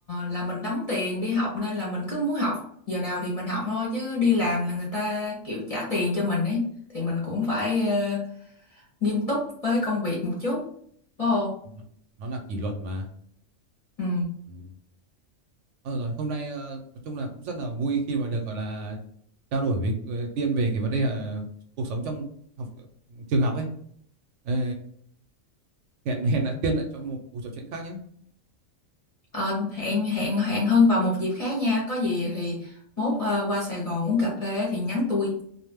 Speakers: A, on the left (about 40°); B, on the right (about 70°).
A: là mình đóng tiền đi học nên là mình cứ muốn học giờ nào thì mình học thôi chứ đi làm là người ta kiểu trả tiền cho mình ấy thì mình cũng
B: đúng rồi.
A: phải ờ, nghiêm túc với công việc một chút phải không?
B: Nó- nó là kỷ luật mà
A: Ừ.
B: ừ. Thôi được rồi hôm nay ờ, nói chung là cũng rất là vui khi mà được gọi là trao đổi với ờ, Tiên về cái vấn đề ờ, cuộc sống trong học trường học ấy Ờ, hẹn hẹn là Tiên lại cho một cuộc trò chuyện khác nhé
A: Ờ, hẹn hẹn hẹn Hân vào một dịp khác nha có gì thì mốt ờ, qua Sài Gòn uống cà phê thì nhắn tôi